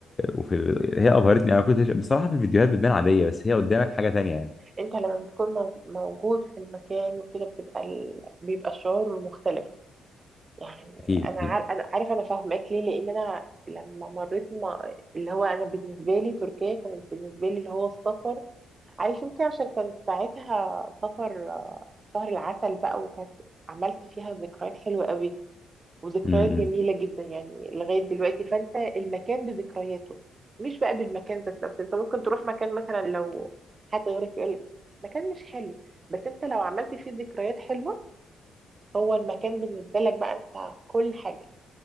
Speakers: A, on the left (about 30°); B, on the right (about 30°).
A: وفي هي ابهرتني انا كنت بصراحه في الفيديوهات بتبان عاديه بس هي قدامك حاجه تانية يعني
B: انت لما بتكون مو- موجود في المكان وكده بتبقى ال... بيبقى الشعور مختلف يعني
A: اكيد
B: انا
A: اكيد
B: عار... انا عارف انا فاهماك ليه لان انا لما مريت ما... اللي هو انا بالنسبه لي تركيا كانت بالنسبه لي اللي هو السفر عارف يمكن عشان كانت ساعتها سفر آه، شهر العسل بقى وكانت عملت فيها ذكريات حلوه قوي وذكريات
A: امم
B: جميله
A: إمم.
B: جدا يعني لغايه دلوقتي فانت المكان بذكرياته مش بقى بالمكان ذات نفسه انت ممكن تروح مكان مثلا لو حد غيرك يقول لك مكان مش حلو بس انت لو عملت فيه ذكريات حلوه هو المكان بالنسبه لك بقى انت كل حاجه